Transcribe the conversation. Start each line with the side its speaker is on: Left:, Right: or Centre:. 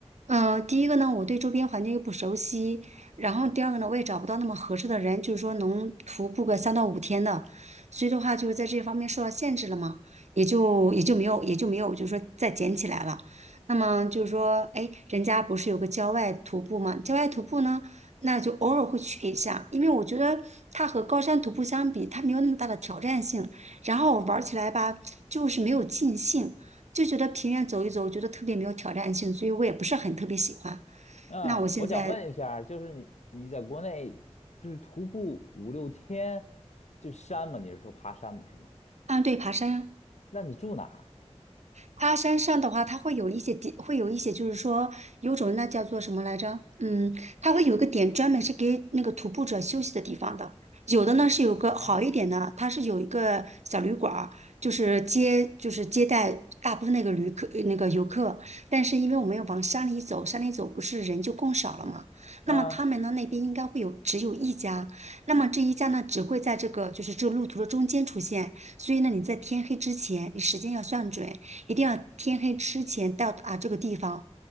Right: 嗯、第一个呢，我对周边环境又不熟悉，然后第二个呢，我也找不到那么合适的人，就是说能徒步个三到五天的，所以的话就是在这方面受到限制了嘛。也就也就没有也就没有，就是说再捡起来了。那么就是说，哎，人家不是有个郊外徒步吗？郊外徒步呢，那就偶尔会去一下，因为我觉得它和高山徒步相比，它没有那么大的挑战性，然后我玩起来吧，就是没有尽兴，就觉得平原走一走，我觉得特别没有挑战性，所以我也不是很特别喜欢。
Left: 啊，
Right: 那我现在，
Left: 我想问一下，就是你你在国内就是徒步五六天就山嘛？你是说爬山嘛？是吗？
Right: 啊，对，爬山呀。
Left: 那你住哪儿？
Right: 它山上的话，它会有一些点，会有一些就是说有种那叫做什么来着？嗯，它会有一个点专门是给那个徒步者休息的地方的。有的呢是有个好一点的，
Left: 啊，
Right: 它是有一个小旅馆儿，就是接就是接待大部分那个旅客那个游客。但是因为我们要往山里走，山里走不是人就更少了嘛？那么他们呢那边应该会有只有一家，
Left: 啊，
Right: 那么这一家呢只会在这个就是这个路途的中间出现，所以呢你在天黑之前，你时间要算准。一定要天黑之前到达这个地方。